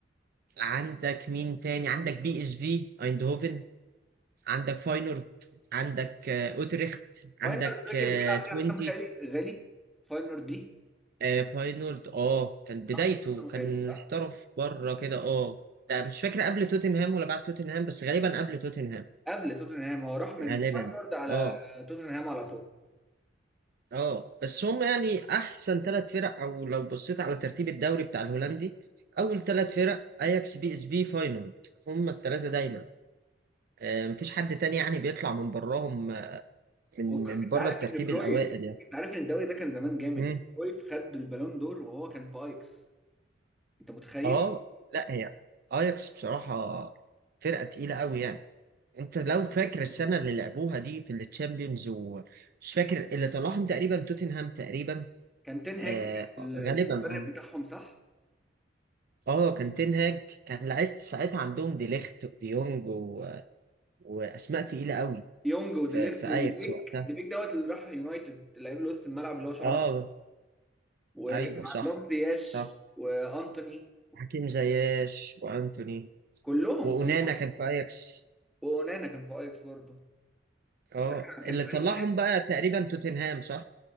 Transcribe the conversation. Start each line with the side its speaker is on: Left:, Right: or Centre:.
Right: عندك مين تاني عندك بي اس في ايندهوفن عندك فاينورد عندك آه، اوتريخت عندك
Centre: فاينر ده
Right: آه،
Centre: كان بيلعب
Right: توينتي
Centre: فيها حسام غالي غالي فاينر دي
Right: آه، فاينورد اه كان بدايته
Centre: راح فين حسام
Right: كان
Centre: غالي صح؟
Right: احترف بره كده اه لا مش فاكر قبل توتنهام ولا بعد توتنهام بس غالبا قبل توتنهام
Centre: قبل توتنهام هو راح من
Right: غالبا
Centre: فاينر على
Right: اه
Centre: توتنهام على طول
Right: اه بس هم يعني احسن ثلاث فرق او لو بصيت على ترتيب الدوري بتاع الهولندي اول ثلاث فرق اياكس بي اس بي فاينورد هم الثلاثه دايما آه، مفيش حد تاني يعني بيطلع من براهم آه، من
Centre: وك-
Right: من
Centre: انت
Right: بره
Centre: عارف
Right: الترتيب
Centre: ان كرويف
Right: الاوائل
Centre: انت عارف ان الدوري ده كان زمان جامد
Right: يعني
Centre: يعني كرويف خد البالون دور وهو كان في ايكس انت متخيل
Right: اه لا هي اياكس بصراحة فرقة تقيلة قوي يعني انت لو فاكر السنة اللي لعبوها دي في التشامبيونز ومش فاكر اللي طلعهم تقريبا توتنهام تقريبا
Centre: كان تنهاج
Right: آه
Centre: ال-
Right: غالبا
Centre: المدرب
Right: اه
Centre: بتاعهم صح
Right: اه كان تنهاج كان لعيب ساعتها عندهم ديليخت وديونج و... واسماء تقيلة قوي
Centre: يونج وديليخت
Right: في, في
Centre: وديبيك
Right: اياكس وقتها
Centre: ديبيك دوت اللي راح يونايتد لعيب اللي وسط الملعب اللي هو شعره
Right: اه
Centre: أخضر. وكان
Right: ايوه صح
Centre: عندهم زياش
Right: صح
Centre: وانتوني
Right: حكيم زياش وانتوني
Centre: وكلهم
Right: وأونانا
Centre: كلهم
Right: كان في اياكس
Centre: واونانا كان في ايكس برضه
Right: اه
Centre: لا كان
Right: اللي
Centre: فريق
Right: طلعهم
Centre: جامد.
Right: بقى تقريبا توتنهام صح